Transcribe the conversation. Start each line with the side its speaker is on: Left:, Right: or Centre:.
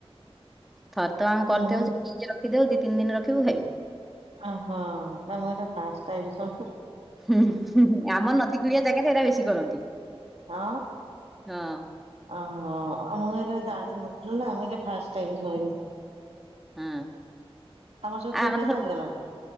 Centre: ଥରେ ତ ଆମେ
Right: ମୁଁ
Centre: କରିଦେଉଛ ଫ୍ରିଜରେ ରଖିଦଉ ଦି ତିନି ଦିନ ରଖିବୁ ଖାଇବୁ।
Right: ଅ ହୋ ନା ମୁଁ ଏଇଟା ଫାର୍ଷ୍ଟ ଟାଇମ୍ ଶୁଣି
Centre: ହୁଁ ଆମ ନଦୀ କୁଳିଆ ଜାଗାରେ ଏଇଟା ବେଶୀ କରନ୍ତି।
Right: ହଁ।
Centre: ହଁ।
Right: ଅ ହ ମୁଁ ଏ ଜାଣିନଥିଲି ନା ମୁଁ ଏଇଟା ଫାଷ୍ଟ ଟାଇମ ଶୁଣିଲି।
Centre: ହୁଁ।
Right: ତମର
Centre: ଆ
Right: ଖିଆ
Centre: ଆମ
Right: ପିଆ
Centre: ତ ସବୁ
Right: ସରିଗଲାଣି?